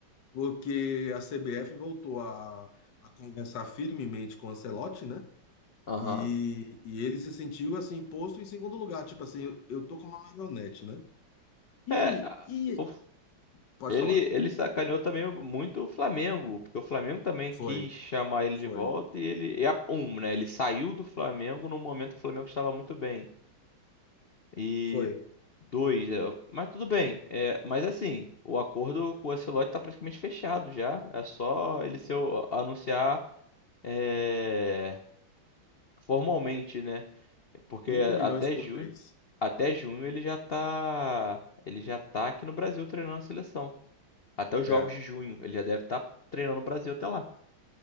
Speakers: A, on the left; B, on the left.
A: Porque a CBF voltou a, a conversar firmemente com o Ancelotti, né?
B: aham.
A: E, e ele se sentiu assim posto em segundo lugar, tipo assim, eu, eu tô com uma marionete, né? E,
B: É, a-
A: e
B: o-
A: pode
B: ele,
A: falar.
B: ele sacaneou também muito o Flamengo, porque o Flamengo também quis
A: Foi,
B: chamar ele de
A: foi,
B: volta e ele. E a, um, né? Ele saiu do Flamengo num momento que o Flamengo estava muito bem. E
A: foi.
B: Dois, é, mas tudo bem. É, mas assim, o acordo com o Ancelotti tá praticamente fechado já. É só ele se o- anunciar é, formalmente, né? Porque
A: cinco milhões
B: até
A: por
B: junho,
A: mês.
B: até junho ele já tá, ele já tá aqui no Brasil treinando a seleção. Até os jogos
A: É.
B: de junho, ele já deve estar treinando o Brasil até lá.